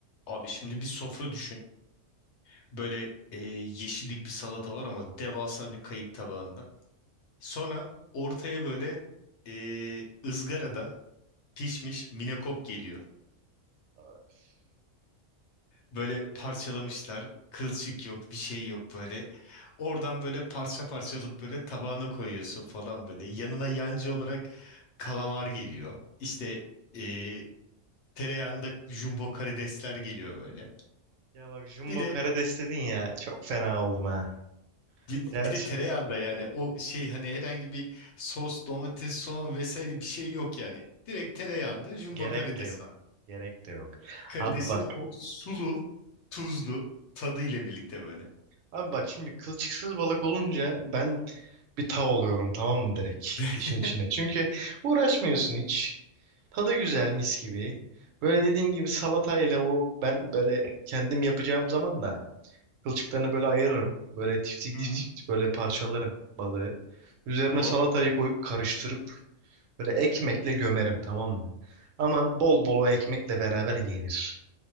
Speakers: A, on the left; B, on the right.
A: Abi şimdi bir sofra düşün. Böyle e, yeşillik bir salata var ama devasa bir kayık tabağında. Sonra ortaya böyle e, ızgarada pişmiş minakop geliyor.
B: Evet.
A: Böyle parçalamışlar. Kılçık yok, bir şey yok böyle. Oradan böyle parça parça alıp böyle tabağına koyuyorsun falan böyle. Yanına yancı olarak kalamar geliyor. İşte e, tereyağında jumbo karidesler geliyor böyle.
B: Ya bak Jumbo
A: Bir de
B: Karades dedin ya çok fena oldum ha.
A: Bir,
B: Ya,
A: bir de tereyağında yani o şey hani herhangi bir sos, domates, soğan vesaire bir şey yok yani. Direkt tereyağında jumbo
B: gerek
A: karides.
B: de yok.
A: var.
B: Gerek de yok.
A: Karidesin
B: Abi bak.
A: o sulu, tuzlu tadı ile birlikte böyle.
B: Abi bak şimdi kılçıksız balık olunca ben bir tav oluyorum tamam mı direkt
A: <laughs>
B: işin içine. Çünkü uğraşmıyorsun hiç. Tadı güzel mis gibi. Böyle dediğin gibi salatayla o ben böyle kendim yapacağım zaman da kılçıklarını böyle ayırırım. Böyle tiftik
A: Hı
B: tiftik
A: hı.
B: böyle parçalarım balığı. Üzerine
A: O.
B: salatayı koyup karıştırıp Böyle ekmekle gömerim tamam mı? Ama bol bol o ekmekle beraber yenir.